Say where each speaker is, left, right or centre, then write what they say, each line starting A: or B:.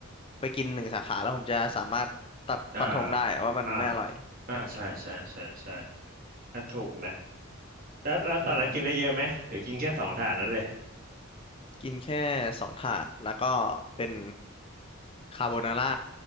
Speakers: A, on the left; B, on the right.
A: ไปกินหนึ่งสาขาแล้วผมจะสามารถตัดฟันธงได้อะว่ามันไม่อร่อย
B: อ่าอ่าอ่าอ่าใช่ใช่ใช่ใช่ถถูกนะแล้วแล้วตอนนั้นกินได้เยอะไหมหรือกินแค่สองถาดนั้นเลย
A: อืม กินแค่สองถาดแล้วก็เป็นคาโบนาร่า